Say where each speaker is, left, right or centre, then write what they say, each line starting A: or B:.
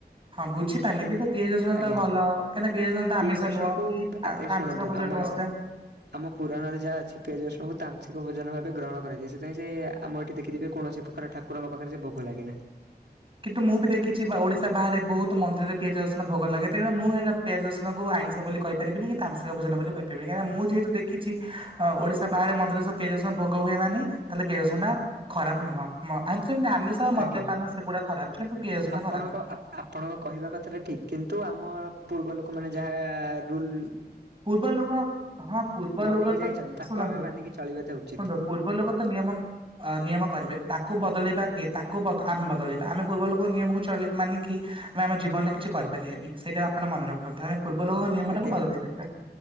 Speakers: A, on the right; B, on the right.
A: ହଁ ବୁଝିପାରିଲି କିନ୍ତୁ ପିଆଜ ରସୁଣ
B: ଆଜ୍ଞା
A: ତ ଭଲ କାହିଁକିନା ପିଆଜ ରସୁଣ ତ
B: ପିଆଜ
A: ଆମିଷ
B: ରସୁଣକୁ
A: ନୁହଁ କି ତା
B: ଏ
A: ତାମସିକ
B: ଶୁଣନ୍ତୁ
A: ଭୋଜନ
B: ଆମ
A: ନୁହଁ ସେଟା।
B: ଆମ ପୁରାଣରେ ଯାହା ଅଛି ପିଆଜ ରସୁଣଙ୍କୁ ତାମସିକ ଭୋଜନ ଭାବେ <unintelligible> ଗ୍ରହଣ କରାଯାଇ ସେ ଯାଇଁ ସେ ଆମ ଏଠି ଦେଖିଥିବେ କୌଣସି ପ୍ରକାର ଠାକୁରଙ୍କ ପାଖରେ ସେ ଭୋଗ ଲାଗେ ନା।
A: କିନ୍ତୁ ମୁଁ ବି ଦେଖିଛି ବା ଓଡିଶା ବାହାରେ ବହୁତ ମନ୍ଦିରରେ ପିଆଜ ରସୁଣ ଭୋଗ ଲାଗେ ତେଣୁ ମୁଁ ହେଇଟା ପିଆଜ ରସୁଣକୁ ଆଇଁଷ ବୋଲି କହିପାରିବିନି କି ତାମସିକ ଭୋଜନ ବୋଲି କହିପାରିବିନି କାହିଁକିନା ମୁଁ ଯେହେତୁ ଦେଖିଛି ଆ ଓଡିଶା ବାହାରେ ମନ୍ଦିର ସହ ପିଆଜ ରସୁଣ ଭୋଗ ହୁଏ ମାନେ ତାହାଲେ ପିଆଜ ରସୁଣଟା ଖରାପ ନୁହଁ ମ ଆଇ ଆମ୍ ସେମିତି ଆମିଷ ଆଉ ମଦ୍ୟପାନ
B: ଆଜ୍ଞା।
A: କିନ୍ତୁ ପିଆଜ ରସୁଣଟା
B: ଆପଣଙ୍କ
A: ଖରାପ ନୁହେଁ
B: ଆପଣଙ୍କ କହିବା କଥା ଟା ଠିକ୍, କିନ୍ତୁ ଆମ ପୂର୍ବ ଲୋକ କୁ ମାନେ ଯାଆ ରୁଲ
A: ପୂର୍ବ ଲୋକ, ହଁ ପୂର୍ବ
B: ବନେଇକି
A: ଲୋକ ତ
B: ଯାଇଛନ୍ତି ତାକୁ
A: ଶୁଣନ୍ତୁ,
B: ଆମେ ମାନିକି ଚଳିବାଟା ଉଚିତ।
A: ଶୁଣନ୍ତୁ ପୂର୍ବ ଲୋକ ତ ନିୟମ ନିୟମ କରିବେ ତାକୁ ବ ବଦଳେଇବା କିଏ? ତାକୁ ଆମେ ବଦଳେଇବା, ଆମେ ପୂର୍ବ ଲୋକ ନିୟମକୁ ଚଳେଇ ମାନି କି ଆମେ ଆମ ଜୀବନରେ କିଛି କରିପାରିବାନି, ସେଇଟା ଆପଣ ମନେ ରଖନ୍ତୁ ଆମେ ପୂର୍ବ ଲୋକଙ୍କ ନିୟମ
B: ଆଜ୍ଞା।
A: ଟାକୁ ବଦଳେଇ ପାରିବା।